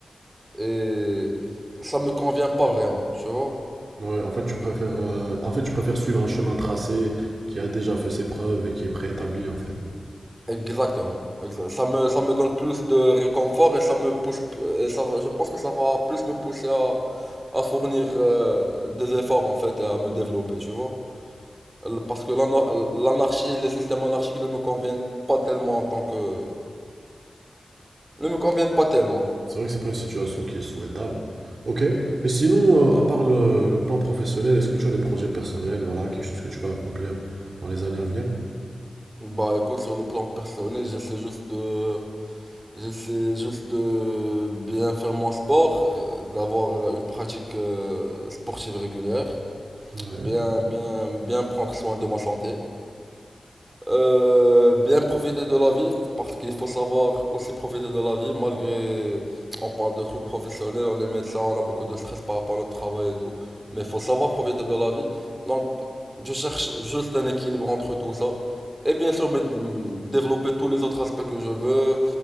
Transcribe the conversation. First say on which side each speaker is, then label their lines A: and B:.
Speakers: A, on the right (about 15°); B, on the right (about 60°).
A: Et ça me convient pas vraiment, tu vois.
B: Ouais, en fait, tu préfères, euh, en fait, tu préfères suivre un chemin tracé qui a déjà fait ses preuves et qui est préétabli, en fait.
A: Exactement. Exa- Ça me, ça me donne plus de réconfort et ça me pousse, p- et ça va- je pense que ça va plus me pousser à, à fournir euh, des efforts en fait et à me développer, tu vois. Euh, Parce que l'ana- l'anarchie, les systèmes anarchiques ne me conviennent pas tellement en tant que... ne me conviennent pas tellement.
B: C'est vrai que c'est pas une situation qui est souhaitable. Ok. Et sinon, euh, à part le, le plan professionnel, est-ce que tu as des projets personnels, voilà, quelque chose que tu vas accomplir dans les années à venir?
A: Bah écoute, sur le plan personnel, j'essaie juste de J'essaie juste de bien faire mon sport, euh, d'avoir une pratique euh, sportive régulière,
B: Ouais.
A: bien, bien, bien prendre soin de ma santé, euh, bien profiter de la vie, parce qu'il faut savoir aussi profiter de la vie, malgré on parle de trucs professionnels, on est médecin, on a beaucoup de stress par rapport à notre travail et tout, mais il faut savoir profiter de la vie. Donc, je cherche juste un équilibre entre tout ça, et bien sûr, mais, mm, développer tous les autres aspects que je veux.